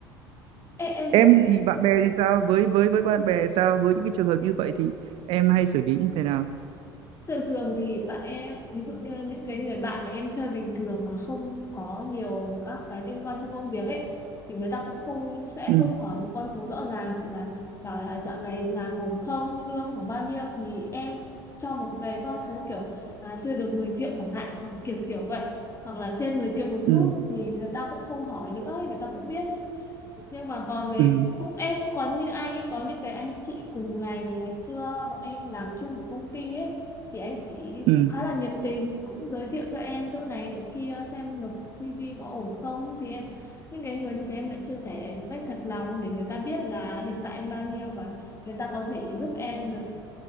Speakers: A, on the left (about 20°); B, on the right (about 45°).
A: Em, em
B: em
A: thấy
B: thì bạn bè thì sao với với với bạn bè sao với những cái trường hợp như vậy thì em hay xử lý như thế nào
A: Thường thường thì bạn em ví dụ như những cái người bạn mà em chơi bình thường mà không có nhiều các cái liên quan trong công việc ấy thì người ta cũng không sẽ
B: ừ
A: không hỏi một con số rõ ràng chỉ là bảo là dạo này làm ổn không lương khoảng bao nhiêu thì em cho một cái con số kiểu à, chưa được 10 triệu chẳng hạn hoặc kiểu kiểu vậy hoặc là trên 10 triệu một
B: ừ
A: chút thì người ta cũng không hỏi nữa ấy, người ta cũng biết ấy nhưng mà còn về
B: ừ
A: cũng em cũng có như anh ấy có những cái anh chị cùng ngành ngày xưa bọn em làm chung của công ty ấy thì anh chị
B: ừ
A: cũng khá là nhiệt tình cũng giới thiệu cho em chỗ này chỗ kia xem nộp CV có ổn không thì em những cái người như thế em lại chia sẻ một cách thật lòng để người ta biết là hiện tại em bao nhiêu và người ta có thể giúp em được